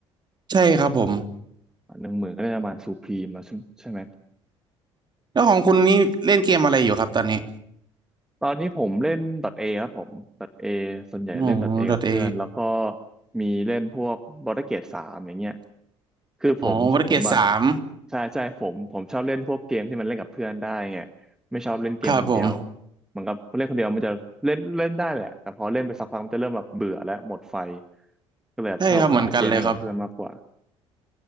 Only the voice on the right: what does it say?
ใช่ครับผม
แล้วของคุณนี่เล่นเกมอะไรอยู่ครับตอนนี้
อ๋อดอทเอ
อ๋อวรเกรดสาม
ครับผม
ใช่ครับเหมือนกันเลยครับ